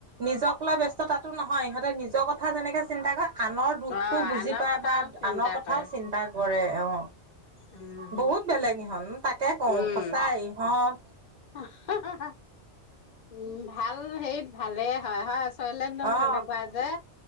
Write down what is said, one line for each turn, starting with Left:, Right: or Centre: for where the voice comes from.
Right: নিজক ব্যস্ততাটো নহয় ইহঁতে নিজৰ কথা যেনেকে চিন্তা কৰে আনৰ দুখটো
Left: অ'
Right: বুজি
Left: আনৰ
Right: পায়
Left: কথাও
Right: বা
Left: চিন্তা
Right: আনৰ কথাও
Left: কৰে
Right: চিন্তা কৰে অ
Left: উম।
Right: বহুত বেলেগ ইহঁত তাকে কওঁ
Left: উম
Right: সঁচাই ইহঁত
Left: <unintelligible> উম ভাল সেইত ভালে হয় থয়লেণ্ডো তেনেকুৱা
Right: অ
Left: যে